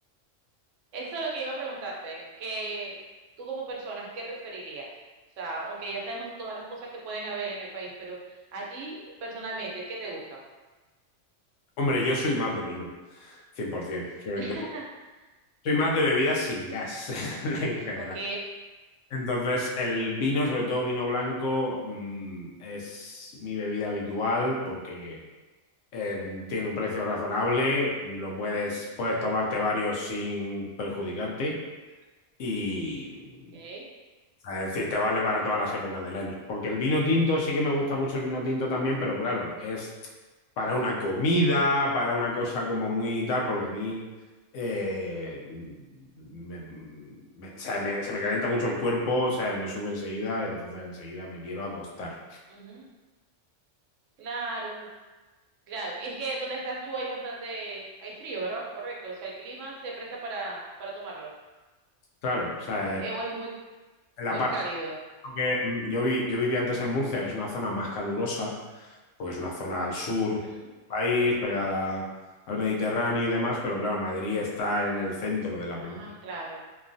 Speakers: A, on the right (about 75°); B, on the left (about 80°).
A: Eso es lo que iba a preguntarte, que tú como persona, ¿qué preferirías? O sea, aunque ya sabemos todas las cosas que pueden haber en el país, pero a ti personalmente, ¿qué te gusta?
B: Hombre, yo soy más de vino, 100%, sobre
A: <laughs>
B: todo, soy más de bebidas sin gas <laughs> en general.
A: Ok,
B: Entonces, el vino, sobre todo vino blanco, mm, es mi bebida habitual porque eh, tiene un precio razonable, lo puedes, puedes tomarte varios sin perjudicarte Y
A: ok.
B: es decir, te vale para todas las épocas del año. Porque el vino tinto sí que me gusta mucho el vino tinto también, pero claro, es para una comida, para una cosa como muy tal, porque a mí eh, me- me- o sea, me- se me calienta mucho el cuerpo, o sea, me sube enseguida, entonces enseguida me quiero acostar.
A: ujú, Claro. Claro, y es que donde estás tú hay bastante, hay frío, ¿verdad? Correcto, o sea, el clima se presta para, para tomarlo.
B: Claro, o sea,
A: Eh, o es muy,
B: en la
A: o es
B: parte
A: cálido.
B: que mm, yo vi, yo vivía antes en Murcia, que es una zona más calurosa, porque es una zona al sur
A: Ujú.
B: del país, pegada al Mediterráneo y demás, pero claro, Madrid está en el centro de la
A: Ah,
B: península
A: claro,